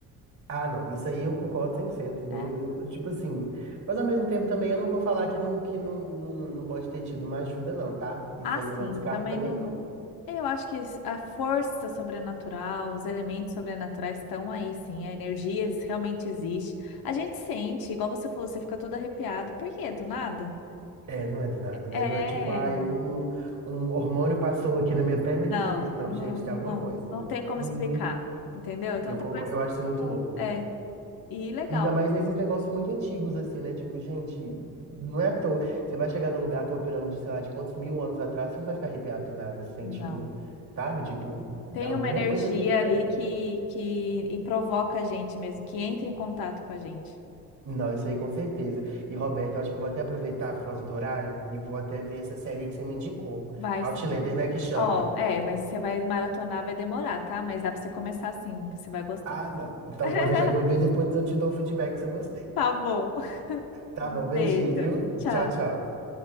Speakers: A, on the right; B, on the left.
A: Ah, não, isso aí eu concordo 100%. Não,
B: É.
A: eu, tipo assim, mas ao mesmo tempo também eu não vou falar que não, que não, não, não pode ter tido uma ajuda, não, tá? Isso
B: Ah,
A: aí
B: sim,
A: eu não descarto
B: também
A: também,
B: não.
A: não.
B: Eu acho que a força sobrenatural, os elementos sobrenaturais estão aí, sim. A energia ex- realmente existe. A gente sente, igual você falou, você fica todo arrepiado. Por quê? Do nada?
A: É, não é do nada, né?
B: É,
A: Não é tipo, ai, um, um, um hormônio passou aqui na minha perna
B: não,
A: que fez isso. Não,
B: não,
A: gente, tem
B: não,
A: alguma coisa.
B: não tem como
A: Uhum.
B: explicar, entendeu? Então
A: Eu,
B: tem
A: conco-
B: coisas
A: eu
B: que
A: acho isso muito
B: não.
A: louco.
B: É, e legal.
A: E Ainda mais nesses negócios muito antigos, assim, né? Tipo, gente, não é à toa. Você vai chegar num lugar com uma pirâmide, sei lá, de quantos mil anos atrás, você não vai ficar arrepiado do nada, assim,
B: Não.
A: tipo, sabe? Tipo,
B: Tem
A: alguma
B: uma energia
A: coisa ali.
B: ali
A: é.
B: que, que e provoca a gente mesmo, que entra em contato com a gente.
A: Não, isso aí com certeza. E, Roberto, eu acho que eu vou até aproveitar por causa do horário e vou até ver essa série que você me indicou.
B: Vai
A: Outlander,
B: sim.
A: né, que chama?
B: Ó, é, mas você vai maratonar, vai demorar, tá? Mas dá pra você começar assim, você vai gostar.
A: Ah, não. Então
B: <laughs>
A: pode deixar que eu vou ver, depois eu te dou o feedback se eu gostei.
B: Tá bom.
A: Tá
B: Um
A: bom, beijinho,
B: beijo.
A: viu?
B: Tchau.
A: Tchau, tchau.